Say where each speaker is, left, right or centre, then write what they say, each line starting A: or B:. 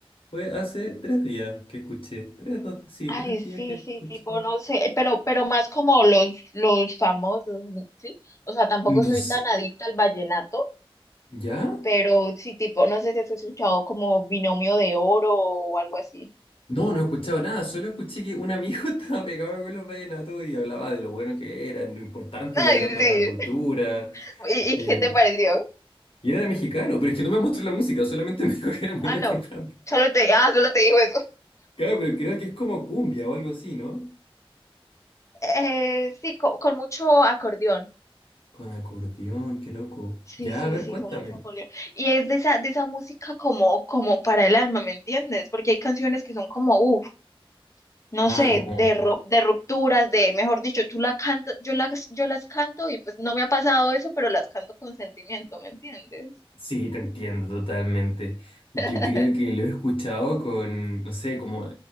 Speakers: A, on the left (about 65°); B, on the left (about 30°).
A: fue hace tres días que escuché. Tres, dos, sí,
B: Ay,
A: tres días
B: sí,
A: que
B: sí,
A: escuché.
B: tipo, no sé, pero, pero más como los, los famosos, ¿sí? O sea, tampoco
A: No
B: soy
A: sé,
B: tan adicta al vallenato,
A: ¿ya?
B: pero sí, tipo, no sé si has escuchado como Binomio de Oro o algo así.
A: No, no he escuchado nada, solo escuché que un amigo <laughs> estaba pegado con los vallenatos y hablaba de lo bueno que eran y lo importante
B: ¡Ay,
A: que eran para
B: sí!
A: la cultura.
B: <laughs> ¿Y, y
A: Eh,
B: qué te pareció?
A: Y él era mexicano, pero es que no me mostró la música, solamente <laughs> me dijo que era muy
B: Ah,
A: importante.
B: no. Solo te, ah, solo te dijo eso.
A: Claro, pero creo que es como cumbia o algo así, ¿no?
B: Eh, sí, co- con, mucho acordeón.
A: Con acordeón, qué loco.
B: Sí,
A: Ya,
B: sí,
A: a ver,
B: sí,
A: cuéntame.
B: con mucho acordeón Y es de esa, de esa música como, como para el alma, ¿me entiendes? Porque hay canciones que son como, uff, no
A: Ah,
B: sé,
A: como...
B: de, ru- de rupturas, de, mejor dicho, tú la cantas, yo las, yo las canto y pues no me ha pasado eso, pero las canto con sentimiento, ¿me entiendes?
A: Sí, te entiendo totalmente. Yo
B: <laughs>
A: creo que lo he escuchado con, no sé, como